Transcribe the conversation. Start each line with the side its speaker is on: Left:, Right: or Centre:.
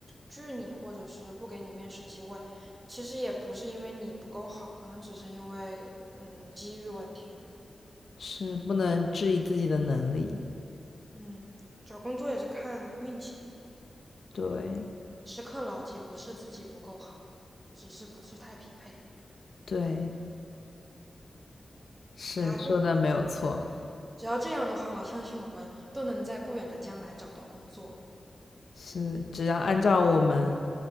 Right: 拒你，或者是不给你面试机会，其实也不是因为你不够好，可能只是因为，嗯，机遇问题而已。
Left: <laughs> 是不能质疑自己的能力。
Right: 嗯，找工作也是看运气的嘛
Left: 对，
Right: 时刻牢记，不是自己不够好，只是不是太匹配。
Left: 对，是说的没有错，
Right: 只要这样，只要这样的话，我相信我们都能在不远的将来找到工作。
Left: 是只要按照我们